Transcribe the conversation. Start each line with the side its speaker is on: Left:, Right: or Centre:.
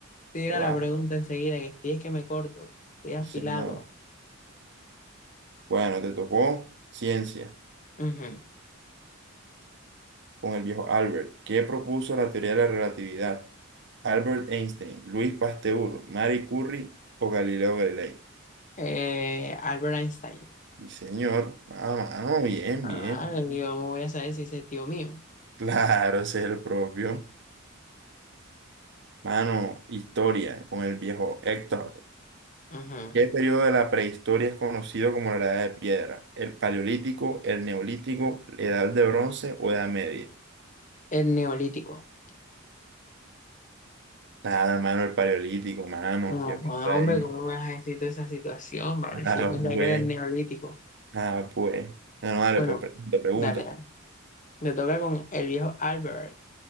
Left: Tira
Right: Relaja.
Left: la pregunta enseguida, que estoy es que me corto, estoy afilado.
Right: Sí, señor. Bueno, te tocó ciencia
Left: Ujú.
Right: con el viejo Albert. ¿Qué propuso la teoría de la relatividad? Albert Einstein, Luis Pasteur, Marie Curie o Galileo Galilei.
Left: Eh, Albert Einstein.
Right: Sí, señor. Ah, mano, bien,
Left: Ah,
Right: bien, bien.
Left: yo me voy a saber si ese tío mío.
Right: Claro, ese es el propio. Mano, historia con el viejo Héctor.
Left: Ujú.
Right: ¿Qué periodo de la prehistoria es conocido como la Edad de Piedra? ¿El Paleolítico, el Neolítico, la Edad de Bronce o Edad Media?
Left: El neolítico.
Right: Nada, mano, el Paleolítico, mano.
Left: No,
Right: ¿Qué pasó
Left: hombre,
Right: ahí?
Left: ¿cómo me
Right: <laughs>
Left: has escrito esa situación, vale? Si
Right: Ah,
Left: yo pensaba
Right: pues,
Left: que era el neolítico.
Right: ah, pues. Bueno, dale,
Left: Bueno,
Right: pues pregunta, pregunta.
Left: dale, dale. Me toca con el viejo Albert.